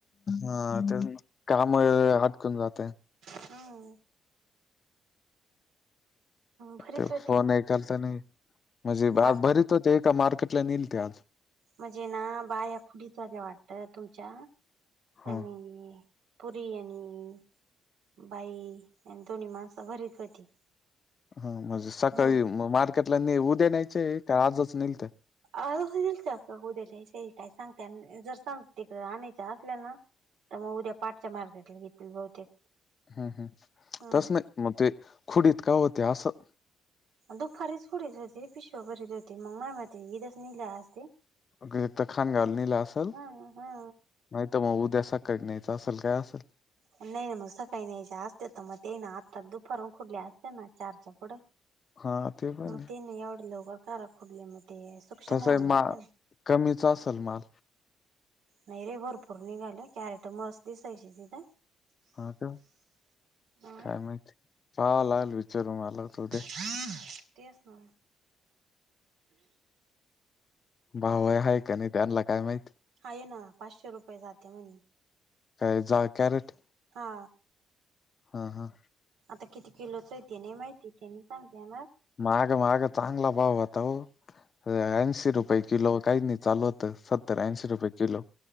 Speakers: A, on the left (about 45°); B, on the right (about 85°).
A: हा ते काम हातकून राहत्यात
B: हम भरीत
A: ते
B: होते.
A: फोन ऐकाल तर नाही म्हणजे
B: बा
A: आज भरीत होते ए का मार्केटला नेईल ते आज
B: म्हणजे ना बाया खुडीत होत्या वाटत तुमच्या
A: ह
B: आणि पुरी आणि बाई आणि दोणी माणसं भरीत होती
A: हा म्हणजे सकाळी
B: हम्म.
A: मार्केटला न उद्या न्यायचे का आजच नेल तर
B: अ दिल का उद्या काय सांगते जर सांग तिकडे राायच असल्या ना तर मग उद्या पाठच्या मार्केटला घेतली बहुतेक
A: हम् हम्
B: हम्म
A: तस नाही मग ते खुडीत का होते असं
B: दुपारीच हुडीच होती पिशव भरीच होती मग नाही माती ईदस नला असते
A: ग तर खाण घालून नलं असेल
B: हा हा.
A: नाहीत मग उद्या सा कट नयचा असेल काय असेल
B: नाही नाही मग सकाळी नाहीयच्या असते तर मग ते ना आत्ता दुपारून खुडले असते ना चारच्या पुढे
A: हा पण
B: मग
A: आहे
B: ते नाही एवढ ल काखुडले मग ते सूक्ष्म
A: तस
B: होऊन जाते
A: मा
B: ना.
A: कमीचा असेल माल
B: नाही रे भरपूर निघाले कॅरेट मस्त दिसायची तिथं
A: हा का
B: हम्म
A: काय माहिती पाहावा लागल विचारू मला होत उद्या
B: हां तेच ना
A: बाव आहे का नाही त्यांला काय माहित
B: हा ना पाचशे रुपये जाते मी
A: का जाहा कॅरट
B: हा
A: हा हा
B: आता किती किलोचं येते नाही माहिती तेे नाही सांग़ता येनार आम्हाला
A: माग माग चांगला भाव आता हो ऐंशी रुपये किलो काही नाही चालवत सत्तर ऐंशी रुपये किलो